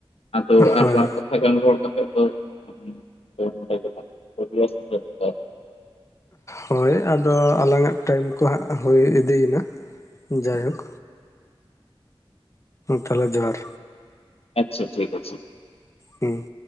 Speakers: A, on the left (about 80°); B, on the left (about 30°).
A: ᱟᱫᱚ <unintelligible>
B: ᱦᱳᱭ
A: <unintelligible>
B: ᱦᱳᱭ ᱟᱫᱚ ᱟᱞᱟᱝᱟᱜ ᱴᱟᱭᱤᱢ ᱠᱚ ᱦᱟᱸᱜ ᱦᱩᱭ ᱤᱫᱤᱭᱮᱱᱟ ᱡᱟᱭᱦᱳᱠ ᱛᱟᱦᱚᱞᱮ ᱡᱚᱦᱟᱨ᱾
A: ᱟᱪᱪᱷᱟ ᱴᱷᱤᱠ ᱟᱪᱷᱮ᱾
B: ᱦᱮᱸ